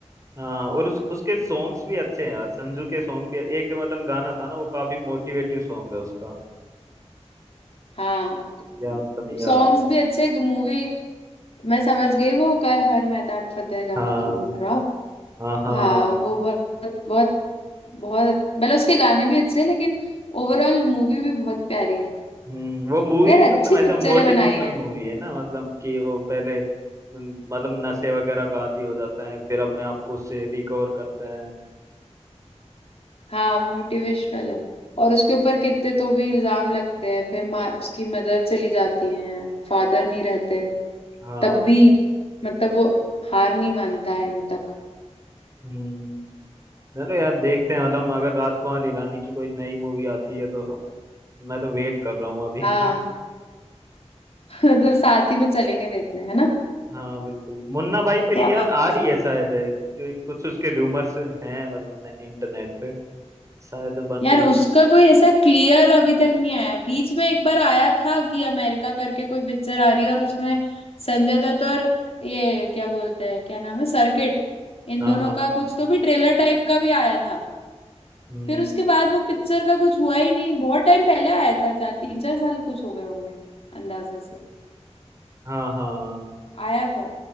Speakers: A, on the right; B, on the left.
A: हाँ और उस, उसके सॉन्ग्स भी अच्छे हैं यार संजू के सॉन्ग भी एक मतलब गाना था ना वो काफी मोटिवेटिव सॉन्ग है उसका
B: हाँ
A: याद तो नहीं आ
B: सॉन्ग्स
A: रहा
B: भी अच्छे मूवी मैं समझ गई वो कर हर मैदान फतेह गाने
A: हाँ
B: की बोल रहा हूँ
A: हाँ हाँ
B: हाँ वो बहुत बहुत बहुत मतलब उसके गाने भी अच्छे हैं लेकिन ओवरऑल मूवी भी बहुत प्यारी है
A: हम्म, वो मूवी
B: यार
A: मतलब
B: अच्छी
A: ऐसा
B: पिक्चरें
A: मोटिवेशनल
B: बनाई है
A: मूवी है ना मतलब कि वो पहले उम, मतलब नशे वगैरह का आदी हो जाता है फिर अपने आप को उससे रिकवर करता है
B: हाँ मोटिवेशनल है और उसके ऊपर कितने तो भी इल्जाम लगते हैं फिर माँ उसकी मदर चली जाती है फादर नहीं रहते
A: हाँ
B: तब भी मतलब वो हार नहीं मानता है एंड तक
A: हम्म चलो यार देखते हैं मतलब अगर राजकुमार हिरानी की कोई नई मूवी आती है तो मैं तो वेट कर रहा हूँ अभी
B: हाँ
A: <laughs>
B: <laughs> तो साथ ही में चलेंगे देखने है ना
A: हाँ बिल्कुल मुन्ना भाई थ्री
B: क्या
A: यार
B: बोलते
A: आ रही
B: हो?
A: है शायद है, क्योंकि कुछ उसके रूमर्स हैं मतलब इंटरनेट पे शायद बन
B: यार
A: रही
B: उसका
A: हो
B: कोई ऐसा क्लियर अभी तक नहीं आया बीच में एक बार आया था कि अमेरिका करके कोई पिक्चर आ रही है और उसमें संजय दत्त और ये क्या बोलते हैं क्या नाम है सर्किट इन
A: हाँ
B: दोनों
A: हाँ
B: का कुछ तो भी ट्रेलर टाइप का भी आया था
A: हम्म
B: फिर उसके बाद वो पिक्चर का कुछ हुआ ही नहीं बहुत टाइम पहले आया था चार तीन चार साल कुछ हो गए होंगे अंदाजे से
A: हाँ हाँ
B: आया था